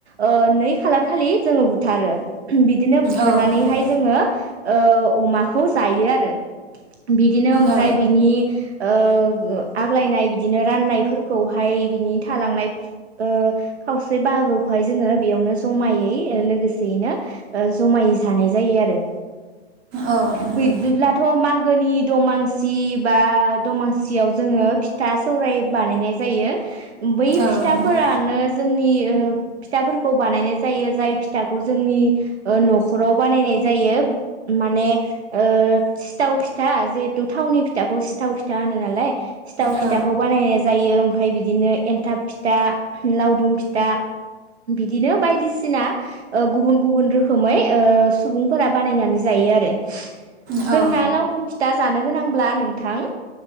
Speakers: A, on the right (about 80°); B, on the right (about 40°).
A: ओ नै खालार खालि जोङो बुथारो। बिदिनो बुथारनानैहाय
B: औ नंगौ
A: जोङो ओ अमाखौ जायो आरो। बिदिनो ओमफ्राय
B: औ
A: बिनि ओ आग्लायनाय बिदिनो राननायफोर खौहाय बिनि थालांनाय खावसे बाहागोखौहाय जोंङो बेयावनो जमायै लोगोसेयैनो जमायै जानाय जायो आरो।
B: औ नंगौ
A: बिदिदिब्लाथ' मा गोनि दमासि बा दमासियाव जोङो फिथा सौराय बानायनाय जायो। बै
B: औ
A: फिथाफोरानो
B: नंगौ
A: जोंनि ओ फिथाफोर खौ बानायनाय जायो जाय फिथ फिथाखौ जोंनि ओ न'खराव बानायनाय जायो माने ओ थाव फिथा जिहेथु थावनि फिथाखौ सिथाव फिथा होनो नालाय सिथाव फिथाखौ
B: औ
A: बानायनाय जायो। ओमफाय बिदिनो एन्थाब फिथा लावदुम फिथा बिदिनो बायदिसिना गुबुन गुबुन रोखोमै ओ सुबुंफोरा बानायनानै जायो आरो।
B: औ
A: जोंना लावदुम फिथा जानो गोनांब्ला नोंथां